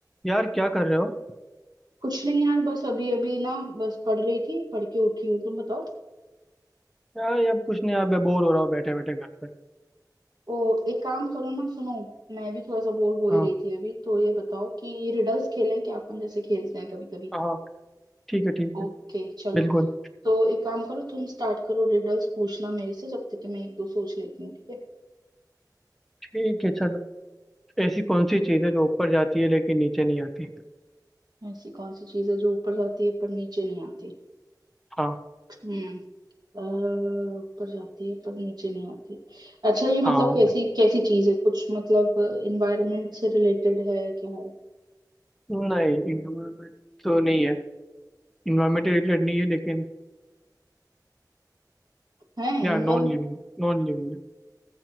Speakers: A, in the centre; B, on the right.
A: यार क्या कर रहे हो
B: कुछ नहीं यार बस अभी अभी ना बस पढ़ रही थी पढ़ के उठी हूँ तुम बताओ
A: यार यार कुछ नहीं यार मैं बोर हो रहा हूँ बैठे बैठे घर पे
B: ओ एक काम करो ना सुनो मैं भी थोड़ा सा बोर हो ही
A: हाँ
B: रही थी अभी तो ये बताओ कि रिडल्स खेलें क्या अपन जैसे खेलते हैं कभी कभी
A: हाँ ठीक है ठीक
B: ओके
A: है
B: चलो
A: बिल्कुल
B: तो एक काम करो तुम स्टार्ट करो रिडल्स पूछना मेरे से जब तक कि मैं एक दो सोच लेती हूँ ठीक है
A: ठीक है चलो ऐसी कौन सी चीज़ है जो ऊपर जाती है लेकिन नीचे नहीं आती
B: ऐसी कौन सी चीज है जो ऊपर जाती है पर नीचे नहीं आती
A: हाँ
B: हम्म अ, ऊपर जाती है पर नीचे नहीं आती अच्छा ये मतलब
A: हाँ
B: कैसी कैसी चीज है कुछ मतलब इन्वायरमेंट से रिलेटेड है क्या है
A: नहीं इन्वायरमेंट तो नहीं है इन्वायरमेंट रिलेटेड नहीं है लेकिन
B: है
A: या
B: इन्वॉल्व
A: non living non living